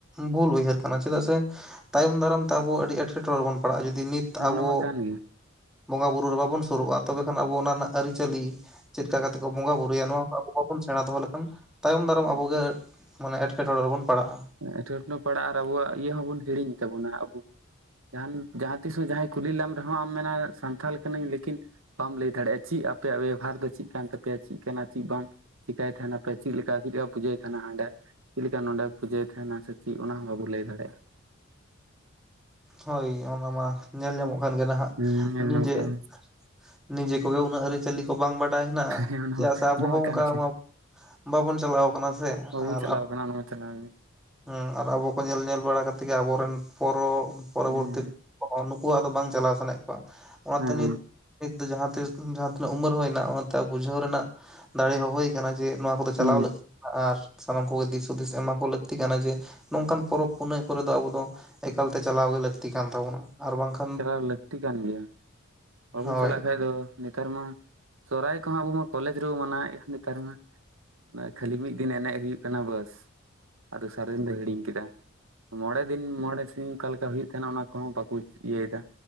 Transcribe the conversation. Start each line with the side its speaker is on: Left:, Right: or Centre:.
Centre: ᱵᱷᱩᱞ ᱩᱭᱦᱟᱹᱨ ᱠᱟᱱᱟ ᱪᱮᱫᱟᱜ ᱥᱮ ᱛᱟᱭᱚᱢ ᱫᱟᱨᱟᱢ ᱛᱮ ᱟᱵᱚ ᱟᱹᱰᱤ ᱮᱸᱴᱠᱮᱴᱚᱬᱮ ᱨᱮ ᱵᱚᱱ ᱯᱟᱲᱟᱜᱼᱟ ᱡᱚᱫᱤ ᱱᱤᱛ
Right: ᱦᱮᱸ
Centre: ᱟᱵᱚ
Right: ᱚᱱᱟ ᱢᱟ ᱠᱟᱱ ᱜᱮ
Centre: <inaudible> ᱵᱚᱸᱜᱟ ᱵᱩᱨᱩ ᱨᱮ ᱵᱟᱵᱚᱱ ᱥᱩᱨᱩᱜᱼᱟ, ᱛᱚᱵᱮ ᱠᱷᱟᱱ ᱟᱵᱚ ᱚᱱᱟ ᱨᱮᱱᱟᱜ ᱟᱹᱨᱤᱪᱟᱹᱞᱤ ᱪᱮᱫ ᱞᱮᱠᱟ ᱠᱟᱛᱮ ᱠᱚ ᱵᱚᱸᱜᱟ ᱵᱩᱨᱩᱭᱟ ᱱᱚᱣᱟ ᱠᱚ ᱟᱵᱚ ᱵᱟ ᱵᱚᱱ ᱥᱮᱬᱟ ᱫᱚᱦᱚ ᱞᱮᱠᱷᱟᱱ ᱛᱟᱭᱚᱢ ᱫᱟᱨᱟᱢ ᱟᱵᱚ ᱜᱮ ᱢᱟᱱᱮ ᱮᱴᱠᱮᱴᱚᱬᱮ ᱨᱮᱵᱚᱱ ᱯᱟᱲᱟᱜᱼᱟ ᱾
Right: ᱮᱴᱠᱮᱴᱚᱬᱮ ᱯᱟᱲᱟᱜ ᱟᱨ ᱟᱵᱚᱣᱟᱜ ᱤᱭᱟᱹ ᱦᱚᱸᱵᱚᱱ ᱦᱤᱲᱤᱧ ᱛᱟᱵᱚᱱᱟ ᱟᱵᱚ ᱡᱟᱦᱟᱱ ᱡᱟᱦᱟᱸ ᱛᱤᱥ ᱦᱚᱸ ᱡᱟᱦᱟᱸᱭ ᱠᱩᱞᱤ ᱞᱮᱢ ᱨᱮᱦᱚᱸ ᱟᱢ ᱢᱮᱱᱟ ᱥᱟᱱᱛᱟᱞ ᱠᱟᱹᱱᱟᱹᱧ ᱞᱮᱠᱤᱱ ᱵᱟᱢ ᱞᱟᱹᱭ ᱫᱟᱲᱮᱭᱟᱜᱼᱟ, ᱪᱤᱫ ᱟᱯᱮᱭᱟᱜ ᱵᱮᱵᱦᱟᱨ ᱫᱚ ᱪᱤᱫ ᱠᱟᱱ ᱛᱟᱯᱮᱭᱟ ᱪᱤᱫ ᱠᱟᱱᱟ ᱪᱤᱫ ᱵᱟᱝ ᱾ ᱪᱤᱠᱟᱹᱭ ᱛᱟᱦᱮᱱᱟ ᱯᱮ ᱪᱮᱫ ᱞᱮᱠᱟ ᱪᱮᱫᱠᱟ ᱯᱩᱡᱟᱹᱭ ᱛᱟᱦᱮᱱᱟ ᱦᱟᱸᱰᱮ ᱪᱮᱫ ᱞᱮᱠᱟ ᱱᱚᱰᱮ ᱯᱩᱡᱟᱹᱭ ᱛᱟᱦᱮᱱᱟ ᱥᱮ ᱪᱤᱫ ᱚᱱᱟ ᱦᱚᱸ ᱵᱟᱵᱚᱱ ᱞᱟᱹᱭ ᱫᱟᱲᱮᱭᱟᱜᱼᱟ ᱾
Centre: ᱦᱳᱭ ᱚᱱᱟ ᱢᱟ ᱧᱮᱞ ᱧᱟᱢᱚᱜ ᱠᱟᱱ ᱜᱮ ᱱᱟᱦᱟᱜ
Right: ᱦᱩᱸ ᱧᱮᱞ
Centre: ᱱᱤᱡᱮ
Right: ᱧᱟᱢᱚᱜ ᱠᱟᱱ
Centre: <inaudible> ᱱᱤᱡᱮ ᱠᱚᱜᱮ ᱩᱱᱟᱹᱜ ᱟᱹᱨᱤᱪᱟᱹᱞᱤ ᱠᱚ ᱵᱟᱝ ᱵᱟᱰᱟᱭ ᱦᱮᱱᱟᱜᱼᱟ,
Right: ᱦᱮᱸ ᱚᱱᱟ
Centre: ᱪᱮᱫᱟᱜ
Right: ᱦᱚᱸ
Centre: ᱥᱮ ᱟᱵᱚ
Right: ᱚᱱᱟ
Centre: ᱦᱚᱸ ᱚᱱᱠᱟ
Right: ᱠᱟᱱ ᱜᱮ
Centre: ᱢᱟ ᱵᱟᱵᱚᱱ ᱪᱟᱞᱟᱣ ᱟᱠᱟᱱᱟ ᱥᱮ
Right: ᱵᱟᱵᱚ
Centre: ᱟᱨ
Right: ᱪᱟᱞᱟᱣ
Centre: ᱟᱯ
Right: ᱠᱟᱱᱟ ᱚᱱᱟ ᱢᱟ ᱪᱟᱞᱟᱣ ᱜᱮ
Centre: ᱦᱮᱸ ᱟᱨ ᱟᱵᱚ ᱠᱚ ᱧᱮᱞ ᱧᱮᱞ ᱵᱟᱲᱟ ᱠᱟᱛᱮᱫ ᱜᱮ ᱟᱵᱚᱨᱮᱱ ᱯᱚᱨᱚ ᱯᱚᱨᱚ ᱵᱚᱨᱛᱤ
Right: ᱦᱩᱸ
Centre: ᱠᱚ ᱦᱚᱸ ᱱᱩᱠᱩ ᱟᱫᱚ ᱵᱟᱝ ᱪᱟᱞᱟᱣ ᱥᱟᱱᱟᱭᱮᱫ ᱠᱚᱣᱟ ᱾ ᱚᱱᱟᱛᱮ
Right: ᱦᱮᱸ
Centre: ᱱᱤᱛ ᱱᱤᱛ ᱫᱚ ᱡᱟᱦᱟᱸ ᱛᱤᱥ ᱡᱟᱦᱟᱸ ᱛᱤᱱᱟᱹᱜ ᱩᱢᱮᱨ ᱦᱩᱭ ᱮᱱᱟ ᱚᱱᱟᱛᱮ ᱵᱩᱡᱷᱟᱹᱣ ᱨᱮᱱᱟᱜ ᱫᱟᱲᱮ ᱦᱚᱸ ᱦᱩᱭ ᱟᱠᱟᱱᱟ ᱡᱮ ᱱᱚᱣᱟ ᱠᱚᱫᱚ ᱪᱟᱞᱟᱣ
Right: ᱦᱩᱸ
Centre: ᱞᱟᱹᱠᱛᱤ ᱟᱨ ᱥᱟᱱᱟᱢ ᱠᱚᱜᱮ ᱫᱤᱥ ᱦᱩᱫᱤᱥ ᱮᱢᱟ ᱠᱚ ᱞᱟᱹᱠᱛᱤ ᱞᱟᱹᱠᱛᱤ ᱠᱟᱱᱟ ᱡᱮ ᱱᱚᱝᱠᱟᱱ ᱯᱚᱨᱚᱵᱽ ᱯᱩᱱᱟᱹᱭ ᱠᱚᱨᱮ ᱫᱚ ᱟᱵᱚ ᱫᱚ ᱮᱠᱟᱞ ᱛᱮ ᱪᱟᱞᱟᱣ ᱜᱮ ᱞᱟᱹᱠᱛᱤ ᱠᱟᱱ ᱛᱟᱵᱚᱱᱟ ᱟᱨ ᱵᱟᱝᱠ
Right: ᱪᱟᱞᱟᱣ ᱞᱟᱹᱠᱛᱤ ᱠᱟᱱ ᱜᱮᱭᱟ ᱾ <inaudible> ᱵᱟᱵᱚ
Centre: ᱦᱳᱭ
Right: ᱪᱟᱞᱟᱜ ᱠᱷᱟᱡ ᱫᱚ ᱱᱮᱛᱟᱨ ᱢᱟ ᱥᱚᱦᱟᱨᱭ ᱠᱚᱦᱚᱸ ᱟᱵᱚ ᱢᱟ ᱠᱚᱞᱮᱡᱽ ᱨᱮᱵᱚ ᱢᱟᱱᱟᱣᱮᱫ ᱠᱟᱱ ᱱᱮᱛᱟᱨ ᱢᱟ ᱾ ᱠᱷᱟᱹᱞᱤ ᱢᱤᱫ ᱫᱤᱱ ᱮᱱᱮᱡ ᱦᱩᱭᱩᱜ ᱠᱟᱱᱟ ᱵᱟᱹᱥ ᱾ ᱟᱫᱚ ᱥᱮᱨᱮᱧ ᱫᱚᱭ ᱦᱤᱲᱤᱧ ᱠᱮᱫᱟ ᱾ <inaudible> ᱢᱚᱬᱮ ᱫᱤᱱ ᱢᱚᱬᱮ ᱥᱤᱧ ᱚᱠᱟ ᱞᱮᱠᱟ ᱦᱩᱭᱩᱜ ᱛᱟᱦᱮᱱᱟ ᱚᱱᱟ ᱠᱚᱦᱚᱸ ᱵᱟᱠᱚ ᱤᱭᱟᱹᱭ ᱮᱫᱟ